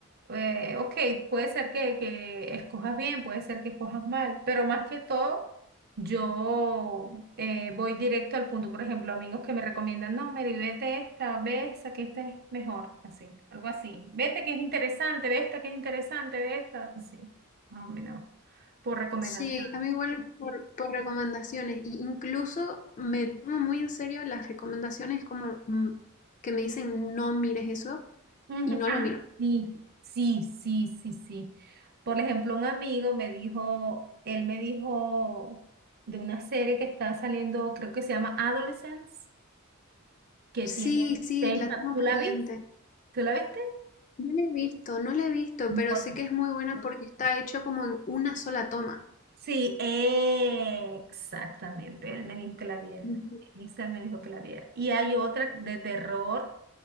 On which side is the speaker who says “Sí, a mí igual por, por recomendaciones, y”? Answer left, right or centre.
Left